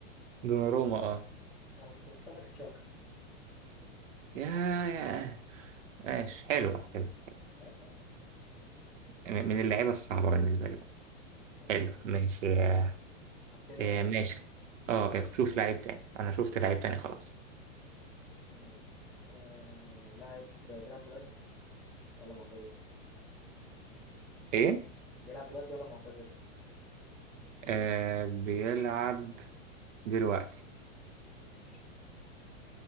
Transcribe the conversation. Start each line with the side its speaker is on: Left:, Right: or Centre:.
Right: دوناروما اه
Centre: أنا كنت مختار لك تشاكا
Right: يا يا ماشي حلوة حلوة
Centre: أيوة عشان-
Right: م- من اللعيبة الصعبة بالنسبة لي برضه
Centre: ماشي
Right: حلو ماشي آه،
Centre: أبتدي
Right: آه،
Centre: أنا بقى
Right: ماشي اه آه، شوف لعيب تاني أنا شفت لعيب تاني خلاص
Centre: ماشي آه... لاعب بيلعب دلوقتي ولا معتزل؟
Right: إيه
Centre: بيلعب دلوقتي ولا معتزل؟
Right: آه بيلعب دلوقتي
Centre: ماشي